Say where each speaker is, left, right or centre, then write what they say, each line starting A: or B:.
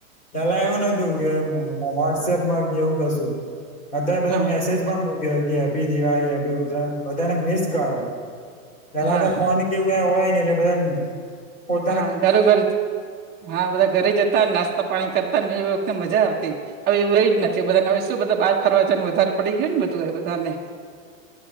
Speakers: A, on the left (about 20°); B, on the right (about 25°).
A: પેલા એવું નતું કે વોટ્સએપમાં કેવું કશું. અધ્યારે બધા
B: હા
A: મેસેજ પણ મો ગ હેપ્પી દિવાળી હેપ્પી ઉતરાયણ બધાને મિસકેર તલા
B: હા
A: તો ફોન કેવું ક હોય નને <unintelligible>
B: હા ઘરો ઘર હા બધા ઘરે જતા નાસ્તા પાણી કરતા. એ વખ મજા આવતી હવે એવું રહી જ નથી બધાને હવે શું બધા બાર ફરવા જનું વધારે પડી ગય ને બધું એ બધાને.